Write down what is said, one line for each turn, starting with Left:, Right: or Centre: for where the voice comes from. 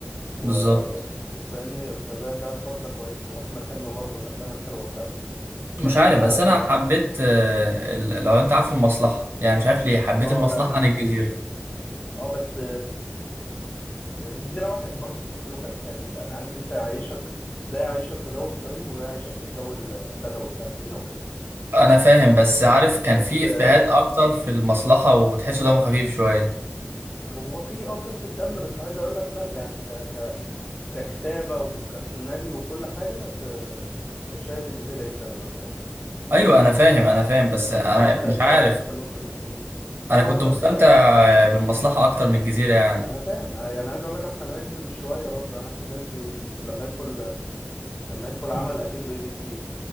Left: و-
Right: بالظبط
Left: وفاهمني فده ده الفتره كويسه واحمد حلمي برضه الافلام الحلوه بتاعته لحد
Right: مش عارف
Left: عسل
Right: بس انا
Left: اسود
Right: حبيت آه ال- لو انت عارف المصلحة يعني مش عارف ليه حبيت
Left: اه
Right: المصلحة
Left: لا كان
Right: عن
Left: لذيذ
Right: الجزيرة
Left: اه بس الجزيرة واحد برضو تمثيله كان حلو يعني عارف انت يعيشك ده يعيشك في جو الصعيد وده يعيشك في الجو البدوي بتاع سينا وكده
Right: انا فاهم بس عارف كان
Left: بس
Right: في
Left: آه،
Right: افيهات اكتر في المصلحة وتحسه دمه خفيف شوية
Left: هو في اه خفة دم بس عايز اقول لك لا يعني ك ك ككتابة وكسيناريو وكل حاجة ت- ال- شايف الجزيرة يكسب انا بصراحة
Right: ايوه انا فاهم انا فاهم بس انا
Left: اه انت انت
Right: مش عارف
Left: في النقطة دي مم. فاهم
Right: انا كنت
Left: قصدك
Right: مستمتع
Left: يعني إيه؟
Right: بالمصلحة اكتر من الجزيرة يعني
Left: ما انا فاهم آه، يعني عايز اقول لك احمد عز مش شوية برضه يعني احمد عز لما يدخل لما يدخل عمل
Right: مم.
Left: اكيد بيضيف ليه